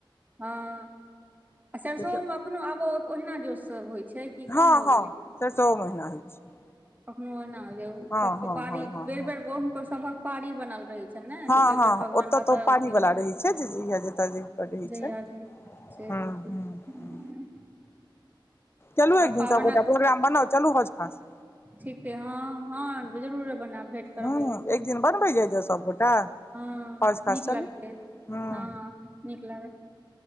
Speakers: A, on the right; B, on the left.
A: हँ सरसोमे
B: लेकिन
A: अखनो आबो ओहिना जोस सब होइ छै कि
B: हँ
A: कम भऽ
B: हँ सैरसोवो मे ओहिना होइ छै
A: अखनो ओहिना होय छै
B: हँ
A: सबके
B: हँ
A: पारी
B: हँ हँ
A: बेर
B: हँ
A: बेर बौह हुनकर सभक पारी बनल रहै छै ने
B: हँ
A: जे कैय
B: हँ
A: बेर भगवान
B: ओतऽ
A: कतऽ
B: तऽ
A: औउथिन
B: पारी वाला
A: नै
B: रहै
A: औथिन
B: छै जे जतऽ जकर रहै छै
A: जहिया जे से
B: हूँ
A: ठीके
B: हूँ
A: हँ
B: हूँ चलू एक
A: पाबनक
B: दिनसब गोटा प्रोग्राम बनाउ चलू हौज खास
A: ठीके हँ हँ जरूर है बनायब भेट करबै
B: हूँ
A: एकदिन
B: एक दिन बनबै जाइ जाउ सबगोटा
A: हँ
B: हौज खास
A: नीक
B: चलू
A: लगतै
B: हूँ
A: हँ नीक लागत